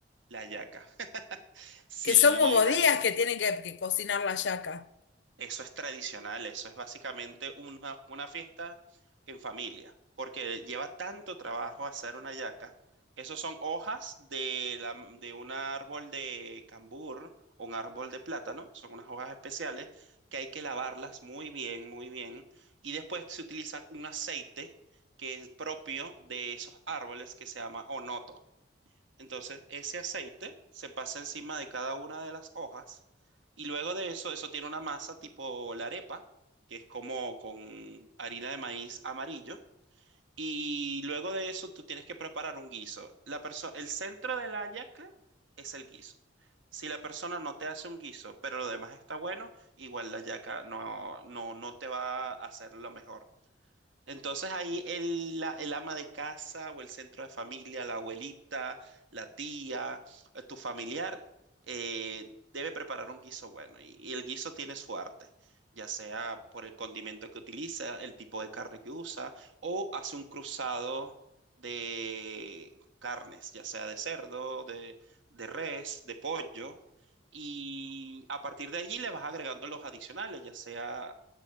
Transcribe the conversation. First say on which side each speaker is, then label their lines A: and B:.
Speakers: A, on the right (about 85°); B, on the left (about 70°).
A: La hallaca. <laughs> Sí,
B: que son como
A: la
B: días
A: hallaca.
B: que tienen que, que cocinar la yaca.
A: Eso es tradicional, eso es básicamente una, una fiesta en familia, porque lleva tanto trabajo hacer una hallaca. Esos son hojas de, la- de un árbol de cambur o un árbol de plátano, son unas hojas especiales que hay que lavarlas muy bien, muy bien, y después se utiliza un aceite que es propio de esos árboles que se llama onoto. Entonces, ese aceite se pasa encima de cada una de las hojas y luego de eso, eso tiene una masa tipo la arepa, que es como con harina de maíz amarillo. Y luego de eso, tú tienes que preparar un guiso. La perso- el centro de la hallaca es el guiso. Si la persona no te hace un guiso, pero lo demás está bueno, igual la hallaca no, no, no te va a hacer lo mejor. Entonces ahí el, la- el ama de casa o el centro de familia, la abuelita, la tía, eh, tu familiar, eh, debe preparar un guiso bueno y, y el guiso tiene su arte, ya sea por el condimento que utiliza, el tipo de carne que usa o hace un cruzado de carnes, ya sea de cerdo, de, de res, de pollo. Y a partir de allí le vas agregando los adicionales, ya sea